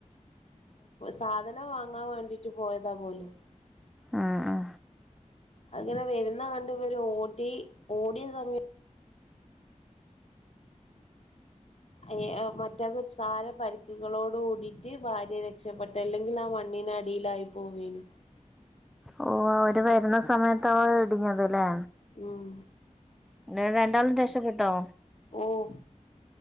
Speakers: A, on the left; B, in the centre.
A: സാധനം വാങ്ങാൻ വേണ്ടിട്ട് പോയതാ പോലും
B: ആഹ് ആഹ്
A: അഅ്ങ്ങനെ വര്ന്ന കണ്ട് ഇവര് ഓടി ഓടിയ സമയത് എയ് അ മറ്റാക്ക്സാര പരിക്കുകളോട് കൂടീട്ട് ഭാര്യ രക്ഷപ്പെട്ട് ട്ട് അല്ലെങ്കിൽ ആ മണ്ണീനടീലായി പോവേനു
B: ഓ അവര് വരുന്ന സമയത്താവും അഅ് ഇടിഞ്ഞത് ല്ലേ
A: ഉം
B: ന്നട്ട് രണ്ടാളും രക്ഷപ്പെട്ടോ
A: ഓഹ്